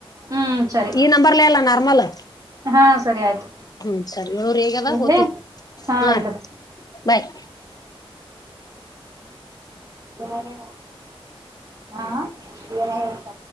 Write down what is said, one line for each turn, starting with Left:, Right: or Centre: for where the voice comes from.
Right: ಹ್ಮ್ ಸರಿ
Left: ಈ ನಂಬರ್ಲ್ಲ ಅಲ್ಲ ನರ್ಮಲ್
Right: ಹಾ ಸರಿ ಆಯ್ತು
Left: ಹ್ಮ ಚರಿರು ಹೇಗೆಲ್ಲ
Right: ಇಡ್ಲಿ
Left: ಹತ
Right: ಹಾ
Left: ಹ
Right: ಇಡು
Left: ಬಾಯ್
Right: <inaudible> ಹಾ ಏನಾಯ್ತ